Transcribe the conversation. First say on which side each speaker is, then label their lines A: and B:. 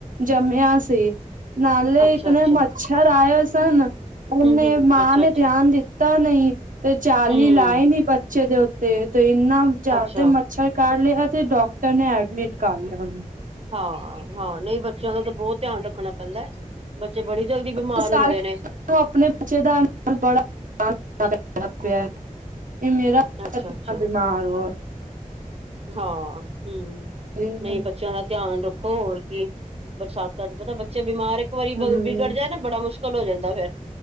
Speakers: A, on the right (about 75°); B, on the right (about 45°).
A: ਜਮਿਆ ਸੀ, ਨਾਲੇ
B: ਅੱਛਾ
A: ਇਤਨੇ
B: ਅੱਛਾ
A: ਮੱਛਰ ਆਏ ਸਨ। ਓਨੇ
B: ਹੂੰ ਹੂੰ
A: ਮਾਂ
B: ਅੱਛਾ
A: ਨੇ
B: ਅੱਛਾ
A: ਧਿਆਨ ਦਿੱਤ ਤਾ ਨੀ ਤੇ ਜਾਲੀ
B: ਹੂੰ,
A: ਲਾਈ ਨੀ ਬੱਚੇ ਦੇ ਉੱਤੇ, ਤੇ ਇੰਨਾ ਜਾਦਾ
B: ਅੱਛਾ
A: ਮੱਛ ਛਰ ਕੱਟ ਲਿਆ ਤੇ ਡਾਕਟਰ ਨੇ ਐਡਮਿਟ ਕਰ ਲਿਆ ਓਨੂੰ।
B: ਹਾਂ-ਹਾਂ ਨਹੀਂ ਬੱਚਿਆਂ ਦਾ ਤਾਂ ਬੋਤ ਧਿਆਨ ਰੱਖਣਾ ਪੈਂਦਾ ਐ। ਬੱਚੇ ਬੜੀ ਜਲਦੀ ਬਿਮਾਰ
A: ਉਸ
B: ਹੁੰਦੇ ਨੇ।
A: <unintelligible> ਆਪਣੇ ਬੱਚੇ ਦਾ ਬੜਾ <unintelligible> ਹੁਨ ਮੇਰਾ
B: ਅੱਛਾ-ਅੱਛਾ
A: <unintelligible> ਹੋਰ
B: ਹਾਂ ਹੂੰ
A: ਇਹ
B: ਨਹੀਂ ਬੱਚਿਆਂ ਦਾ ਧਿਆਨ ਰੱਖੋ ਹੋਰ ਕੀ। ਬਰਸਾਤਾਂ ਚ ਪਤਾ ਬੱਚੇ ਬਿਮਾਰ ਇੱਕ ਵਾਰੀ ਵਿਗੜ
A: ਹਮ
B: ਜਾਏ ਨਾ ਬੜਾ ਮੁਸ਼ਕਲ ਹੋ ਜਾਂਦਾ ਫੇਰ